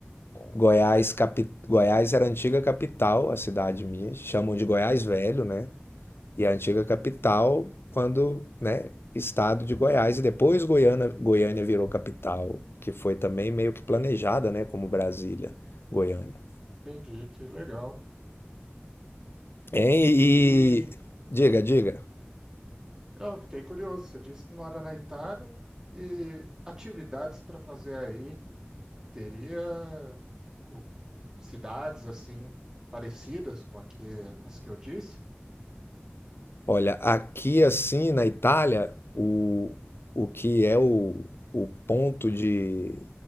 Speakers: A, on the right; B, on the left.
A: Uhum,
B: Goiás, capi... Goiás era a antiga capital, a cidade minha, chamam de Goiás Velho, né? E a antiga capital,
A: uhum,
B: quando, né, estado de Goiás, e depois Goiânia, Goiânia virou capital, que foi também meio que planejada, né, como Brasília, Goiânia.
A: entendi, que legal.
B: Hein? E
A: E
B: diga, diga.
A: eu fiquei curioso, você disse que mora na Itália e atividades para fazer aí teria o- cidades assim parecidas com a que, as que eu disse?
B: Olha, aqui assim na Itália, o, o que é o, o ponto de,